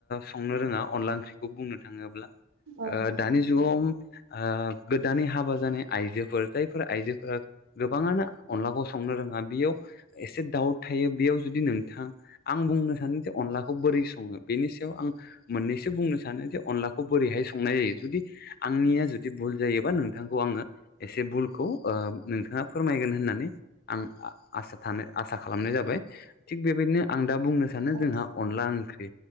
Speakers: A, on the left (about 45°); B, on the right (about 65°).
A: संनो रोङा अनला ओंख्रिखौ बुंनो थाङोब्ला।
B: औ नंगौ
A: दानि
B: नोंथां
A: जुगाव आ गोदानै हाबा जानाय आइजोफोर जायफोर आइजोफोरा गोबाङानो अनलाखौ संनो रोङा बेयाव एसे दाउट थायो बेयाव जुदि नोंथां आं बुं बुंनो सानो जे अलाखौ बोरै सङो बेनि सायाव आं मोननैसो बुंनो सानो जे अनलाखौ बोरैहाय संनाय जायो आंनिया जुदि भुल जायोबा नोंथांखौ आङो एसे भुलखौ नोंथाङा फोरमायगोन होननानै आं आसा थानो आसा खालामनाय जाबाय। थिग बेबायदिनो आं दा बुंनो सानो
B: औ
A: जोंहा अनला ओंख्रि